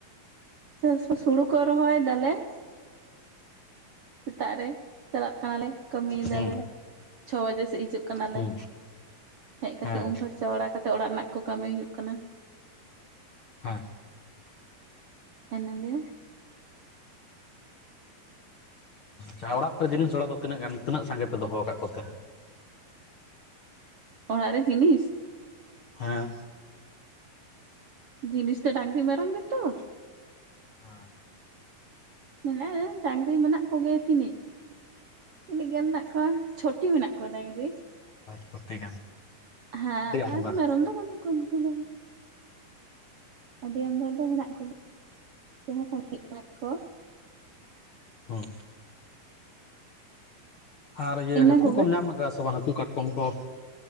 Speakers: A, on the right (about 65°); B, on the left (about 60°).
A: ᱪᱟᱥ ᱵᱟᱥ ᱦᱩᱲᱩ ᱠᱚ ᱨᱚᱦᱚᱭ ᱫᱟᱞᱮ <inaudible> ᱥᱮᱛᱟᱜ ᱨᱮ᱾ ᱪᱟᱞᱟᱜ ᱠᱟᱱᱟᱞᱮ᱾ ᱠᱟᱹᱢᱤᱭ
B: ᱦᱮᱸ
A: ᱫᱟᱞᱮ, ᱪᱷᱚ ᱵᱟᱡᱮ ᱥᱮᱜ ᱦᱤᱡᱩᱜ ᱠᱟᱱᱟᱞᱮ,
B: ᱦᱮᱸ
A: ᱦᱮᱡ ᱠᱟᱛᱮ
B: ᱦᱮᱸ
A: ᱩᱢ ᱯᱷᱟᱨᱪᱟ ᱵᱟᱲᱟ ᱠᱟᱛ ᱛᱚ ᱚᱲᱟᱜ ᱱᱟᱜ ᱠᱚ ᱠᱟᱹᱢᱤ ᱦᱩᱭᱩᱜ ᱠᱟᱱᱟ᱾
B: ᱦᱮᱸ,
A: ᱮᱱᱮ ᱜᱮ
B: ᱡᱟᱦᱟᱸ ᱚᱲᱟᱜ ᱠᱚᱨᱮ ᱡᱤᱱᱤᱥ ᱡᱷᱟᱲᱟ ᱫᱚ ᱛᱤᱱᱟᱹᱜ ᱜᱟᱱ ᱛᱤᱱᱟᱹᱜ ᱥᱟᱸᱜᱮ ᱯᱮ ᱫᱚᱦᱚ ᱠᱟᱜ ᱠᱚᱛᱮ?
A: ᱚᱲᱟᱜ ᱨᱮ ᱡᱮᱱᱤᱥ
B: ᱦᱮᱸ
A: ᱡᱤᱱᱤᱥ ᱛᱚ ᱰᱟᱝᱨᱤ ᱢᱮᱨᱚᱢ ᱜᱮ ᱛᱚ
B: <inaudible>
A: ᱢᱮᱱᱟᱜᱼᱟ ᱰᱟᱝᱨᱤ ᱢᱮᱱᱟᱜ ᱠᱚᱜᱮ ᱛᱤᱱᱤᱜ ᱛᱤᱱᱤᱡ ᱜᱟᱱ ᱱᱟᱜ ᱠᱚᱣᱟ ᱪᱷᱚᱴᱤ ᱢᱮᱱᱟᱜ ᱠᱚᱣᱟ ᱰᱟᱝᱨᱤ ᱾
B: ᱪᱷᱚᱴᱤ ᱜᱟᱱ
A: ᱦᱟᱸ
B: ᱟᱹᱰᱤ ᱟᱢᱫᱟ
A: ᱟᱨ ᱢᱮᱨᱚᱢ ᱫᱚ ᱵᱟᱹᱱᱩᱜ ᱠᱚᱣᱟ ᱩᱱᱠᱩ ᱫᱚ᱾ ᱟᱹᱰᱤ ᱟᱢᱫᱟ ᱫᱚ ᱢᱮᱱᱟᱜ ᱠᱚᱜᱮ <inaudible> ᱡᱟᱦᱟᱸ ᱥᱟᱸᱜᱤ ᱠᱟᱡ ᱠᱚ
B: ᱦᱩᱸ ᱟᱨ ᱤᱭᱟᱹ
A: ᱤᱱᱟᱹ
B: ᱦᱟᱠᱩ
A: ᱠᱚᱜᱮ
B: ᱠᱚᱢ ᱧᱟᱢ ᱠᱟ ᱥᱮ ᱵᱟᱝ ᱦᱟᱹᱠᱩ ᱠᱟᱴᱠᱚᱢ ᱠᱚ